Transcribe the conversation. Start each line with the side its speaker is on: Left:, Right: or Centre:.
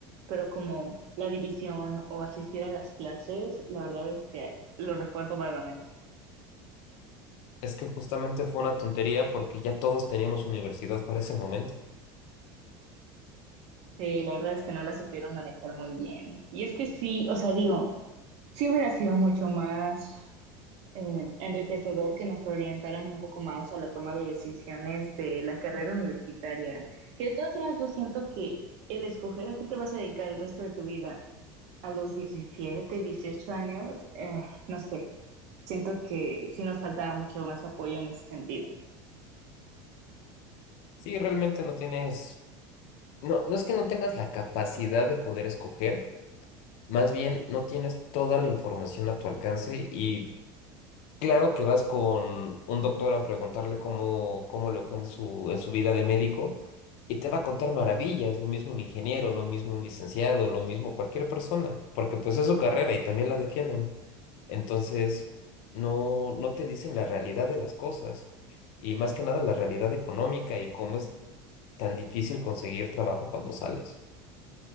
Right: pero como la división o asistir a las clases, la verdad es que lo recuerdo vagamente,
Left: Es que justamente fue una tontería porque ya todos teníamos universidad para ese momento.
Right: que la verdad es que no la supieron manejar muy bien. Y es que sí, o sea, digo, sí hubiera sido mucho más eh, enriquecedor que nos orientaran un poco más a la toma de decisiones de la carrera universitaria, que de todas maneras yo siento que el escoger a qué te vas a dedicar el resto de tu vida, a los 17, 18 años, eh, no sé, siento que sí nos faltaba mucho más apoyo en ese sentido.
Left: Sí, realmente no tienes, no, no es que no tengas la capacidad de poder escoger, más bien no tienes toda la información a tu alcance y Claro que vas con un doctor a preguntarle cómo, cómo le fue en su, en su vida de médico y te va a contar maravillas, lo mismo un ingeniero, lo mismo un licenciado, lo mismo cualquier persona, porque pues es su carrera y también la defienden. Entonces, no, no te dicen la realidad de las cosas y más que nada la realidad económica y cómo es tan difícil conseguir trabajo cuando sales.